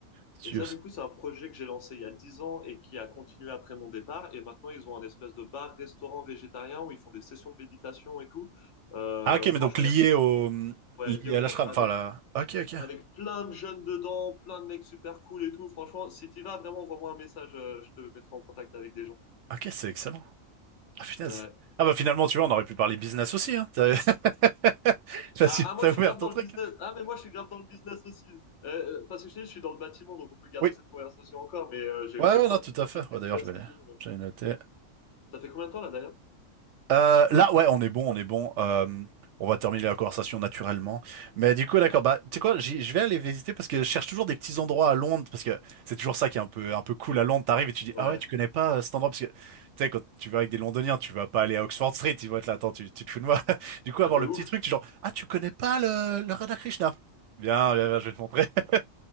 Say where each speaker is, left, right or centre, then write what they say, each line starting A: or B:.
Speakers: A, on the right; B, on the left.
A: Studio.
B: Et ça, du coup, c'est un projet que j'ai lancé il y a 10 ans et qui a continué après mon départ. Et maintenant, ils ont un espèce de bar-restaurant végétarien où ils font des sessions de méditation et tout. Euh,
A: Ah ok,
B: franchement,
A: mais donc lié
B: il y a
A: au
B: ouais,
A: lié
B: lié au
A: à
B: temps.
A: l'ashram.
B: Avec,
A: Enfin la. Ok, ok.
B: avec plein de jeunes dedans, plein de mecs super cool et tout. Franchement, si tu vas, vraiment, envoie-moi un message. euh, je te mettrai en contact avec des gens.
A: Ok, c'est excellent. Ah punaise.
B: Ouais.
A: Ah bah finalement, tu vois, on aurait pu parler business aussi, hein. T'as <laughs> Là,
B: Bah,
A: si
B: ah, moi,
A: t'as
B: je
A: ouvert
B: suis grave
A: ton
B: dans
A: truc.
B: le business. Ah, mais moi, je suis grave dans le business aussi. Euh, euh, parce que je te dis, je suis dans le bâtiment, donc on peut garder
A: Oui.
B: cette conversation encore, mais euh, j'ai,
A: Ouais,
B: j'ai
A: ouais,
B: plein
A: non, tout
B: de projets
A: à fait.
B: de business
A: Ouais, d'ailleurs, je l'ai,
B: et tout. euh.
A: je l'ai noté.
B: Ça fait combien de temps, là, d'ailleurs?
A: Euh, là, ouais, on est bon, on est bon. Euh, on va terminer la conversation naturellement. Mais du coup,
B: Magnifique.
A: d'accord, bah, tu sais quoi, j'y- je vais aller visiter parce que je cherche toujours des petits endroits à Londres parce que c'est toujours ça qui est un peu, un peu cool à Londres. T'arrives et tu dis,
B: Ouais.
A: ah ouais, tu connais pas euh, cet endroit parce que, tu sais, quand tu vas avec des Londoniens, tu vas pas aller à Oxford Street, ils vont être là, attends, tu, tu te fous de moi. <laughs> Du coup,
B: Bah,
A: avoir
B: de
A: le
B: ouf.
A: petit truc, tu genre, ah, tu connais pas le, le Radhakrishna. Bien, bien, bien, je vais te montrer. <laughs>